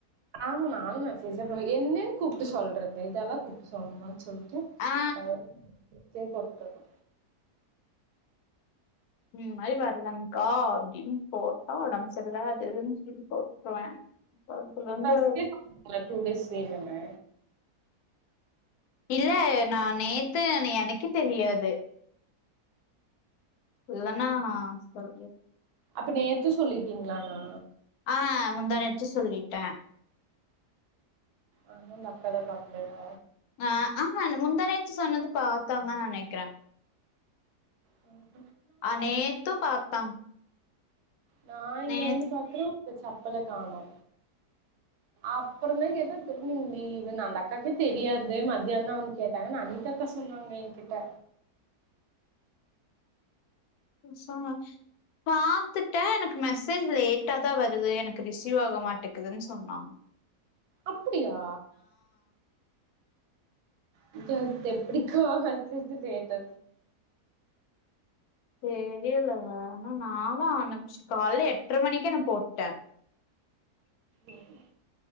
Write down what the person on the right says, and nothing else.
ஆமா நானூ மெசேஜ் தா ப என்னன் கூப்ட்டு சொல்றது இதெல்லா கூப்ட்டு சொல்ணுமான் சொல் டு
நா வெறூ மெசேஜ போட்ருவ
ஃபஸ்ட்டே சொன்னீங்களா டூ டேஸ் ரீசனு
அப்ப நேத்து சொல்லிட்டீங்ளானா
ஆனா அந்தக்காலா பாக்லேயா
ம்
நா இங்க
வந்து பாக்குறே சப்பல காணோ அப்புறந்தா கேட்டே அதுக்கப்றம் நீ லீவு அந்தக்காக்கே தெரியாது மத்தியான் தா வந்து கேட்டாங்கன் அனிதாக்கா சொ சொன்னாங்க எங்கிட்ட
அப்படியா <unintelligible> எப்படிக்கா மெசேஜ் லேட்டா
ம்